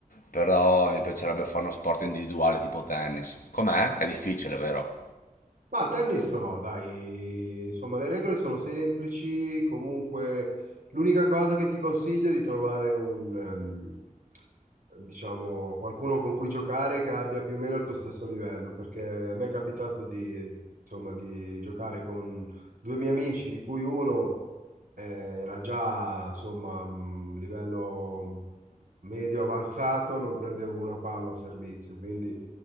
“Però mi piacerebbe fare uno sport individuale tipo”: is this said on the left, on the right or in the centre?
Left